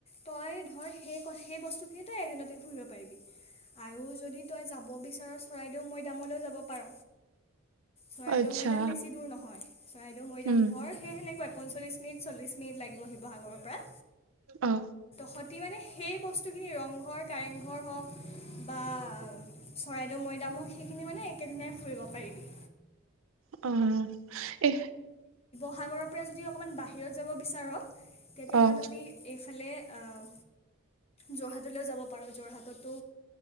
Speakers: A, on the left (about 30°); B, on the right (about 75°).
A: তই ধৰ সেই সেই বস্তুখিনি তই এদিনতে ফুৰিব পাৰিবি আৰু যদি তই যাব বিচাৰ চৰাইদেউ মৈদামলৈও যাব পাৰ। চৰাইদেউ
B: আচ্ছা,
A: মৈদাম বেছি দূৰ নহয় চৰাইদেউ মৈদাম
B: উম,
A: ধৰ সেই সেনেকুৱাই পঞ্চলিছ মিনিট চল্লিছ মিনিট লাগিব শিৱসাগৰৰ পৰা
B: অ'।
A: সতি মানে সেই বস্তুখিনি ৰংঘৰ কাৰেংঘৰ হওঁক বা চৰাইদেউ মৈদাম হওঁক, সেইখিনি মানে একেদিনাই ফুৰিব পাৰিবি।
B: অ' এ
A: সাগৰৰ পৰা যদি অকণমান বাহিৰত যাব বিচাৰ' তেতিয়াহ'লে
B: অ',
A: তহঁতি এ লে আ যোৰহাটলৈ যাব পাৰ'যোৰহাটতো